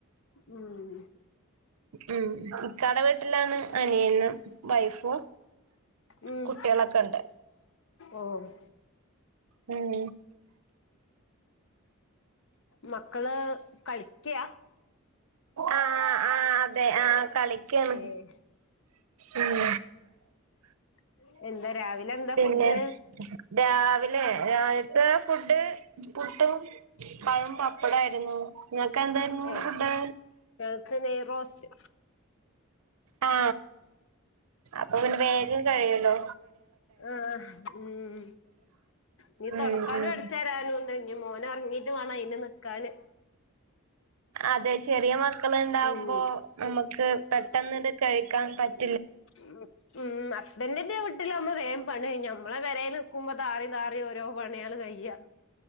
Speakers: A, on the left; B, on the right.
A: ഉം
B: ഉം ഇക്കാടെ വീട്ടിലാണ് അനിയനും വൈഫും
A: ഉം
B: കുട്ടികളൊക്കെ ഇണ്ട്
A: ഓഹ്
B: ഉം
A: മക്കള് കളിക്ക്യാ
B: ആ ആ അതെ ആ കളിക്കാണ്
A: ഏഹ്
B: ഉം
A: <unintelligible> എന്താ
B: പിന്നെ
A: ഫുഡ്
B: രാവിലെ രാവിലത്തെ ഫുഡ് പുട്ടും പഴം പപ്പടാരുന്നു നിങ്ങക്ക് എന്തായിരുന്നൂ
A: ഏഹ്
B: ഫുഡ്
A: ഞങ്ങക്ക് നെയ്റോസ്റ്റ്
B: ആ അപ്പൊ പിന്നെ വേഗം കഴിയൂല്ലോ
A: ആ ഉം ഇനി
B: ഉം
A: തൊടക്കാനും
B: ഉം
A: അടച്ച് വാരാനും ഇണ്ട് ഇനി മോന് ഉറങ്ങീട്ട് വേണം അയിന് നിക്കാന്
B: അതെ ചെറിയ മക്കള് ഇണ്ടാവുമ്പോ
A: ഉം
B: നമുക്ക് പെട്ടെന്ന് കഴിക്കാൻ പറ്റു
A: ഉം ഉം ഹസ്ബൻഡിന്റെ വീട്ടിലാവുമ്പോ വേഗം പണി കഴിയും ഞമ്മളെ പെരേല് ക്കുമ്പോ താറി താറിയാ ഓരോ പണികള് കഴിയാ